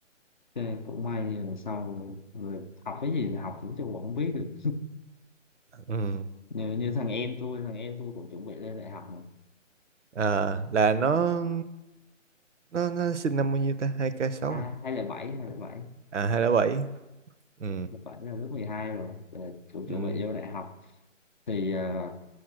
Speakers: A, on the left; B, on the right.
A: Thế cũng may là sau rồi học cái gì thì học cũng chưa không biết được
B: Ừ.
A: như, như thằng em tôi thằng em tôi cũng chuẩn bị lên đại học mà
B: À, là nó
A: học
B: nó nó sinh năm bao nhiêu ta hai k sáu
A: hai
B: à
A: hai là bảy hai là bảy
B: à 207 ừ.
A: hai là bảy là lớp 12 rồi Rồi ờ, cũng chuẩn
B: Ừ.
A: bị vô đại học thì ờ,